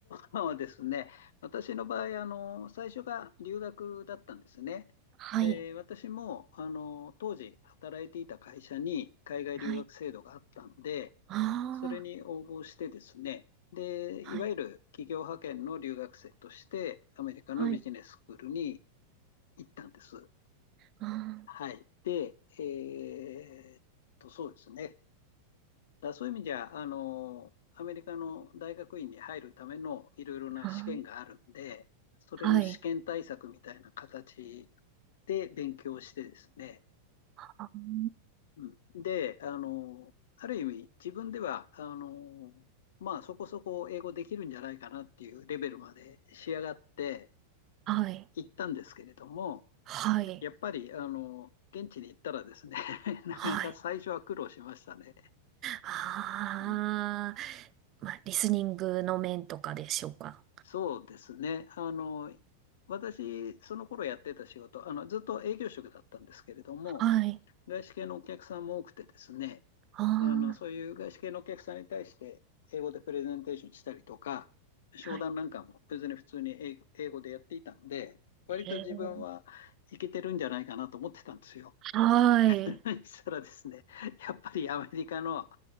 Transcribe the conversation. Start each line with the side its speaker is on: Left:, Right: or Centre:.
Left: そうですね。私の場合、あの、最初が留学だったんですね。
Right: はい。
Left: で、私も、あの、当時働いていた会社に海外留学制度があったんで、
Right: はい。あ
Left: それに応募してですね、で、
Right: あ、
Left: いわゆる企業派遣の留学生として、
Right: はい。
Left: アメリカのビジネススクールに
Right: はい。
Left: 行ったんです。
Right: あー
Left: はい。で、えーっと、そうですね。だからそういう意味じゃ、あの、アメリカの大学院に入るためのいろいろな試験があるんで、
Right: あー、
Left: それの試験対策みたいな形
Right: はい。
Left: で勉強してですね、
Right: あー
Left: うん、で、あの、ある意味自分では、あの、まあそこそこ英語できるんじゃないかなっていうレベルまで仕上がって
Right: はい。
Left: 行ったんですけれども、
Right: はい。
Left: やっぱり、あの、現地に行ったらですね、<laughs> なかなか最初は苦労しましたね。
Right: はい。ああ、
Left: うん
Right: まあ、リスニングの面とかでしょうか
Left: そうですね。あの、私、その頃やってた仕事、あの、ずっと営業職だったんですけれども、
Right: はい。
Left: 外資系のお客さんも多くてですね、
Right: あ
Left: あの、そういう外資系のお客さんに対して、
Right: あ、
Left: 英語でプレゼンテーションしたりとか、商談なんかも別に普通に英語英語でやっていたんで、
Right: はい。
Left: 割と自分はイケてるんじゃないかなと思ってたんですよ。
Right: えー、はい。
Left: <laughs> したらですね、やっぱりアメリカの、